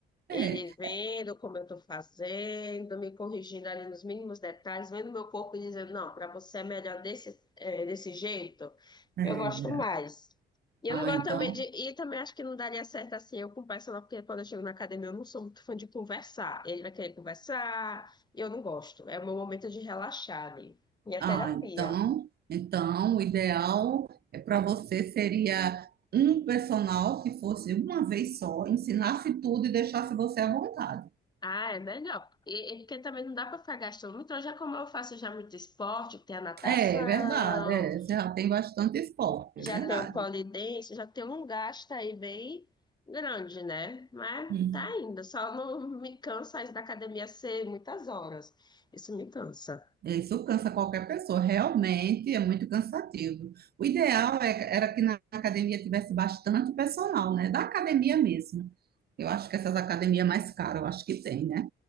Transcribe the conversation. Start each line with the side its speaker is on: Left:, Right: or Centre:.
Right: É.
Left: Ele vendo como eu estou fazendo, me corrigindo ali nos mínimos detalhes, vendo meu corpo e dizendo, não, para você é melhor desse, é, desse jeito,
Right: É.
Left: eu gosto mais. E
Right: Ah,
Left: eu não gosto
Right: então
Left: também de. E também acho que não daria certo assim eu com o personal, porque quando eu chego na academia eu não sou muito fã de conversar. Ele vai querer conversar, e eu não gosto. É o meu momento de relaxar ali. Minha
Right: Ah,
Left: terapia.
Right: então, então o ideal é para você seria um personal que fosse uma vez só, ensinasse tudo e deixasse você à vontade.
Left: Ah, é melhor. E, e porque também não dá para ficar gastando muito. Hoje, é como eu faço já muito esporte, tem a natação.
Right: É, é verdade, é, você já tem bastante esporte,
Left: já
Right: é verdade.
Left: tem o polidense, já tem um gasto aí bem grande, né? Mas
Right: Hum.
Left: tá indo, só não me cansa isso da academia ser muitas horas. Isso me cansa.
Right: Isso cansa qualquer pessoa, realmente é muito cansativo. O ideal é- era que na academia tivesse bastante personal, né? Da academia mesmo. Eu acho que essas academias mais caras, eu acho que tem, né?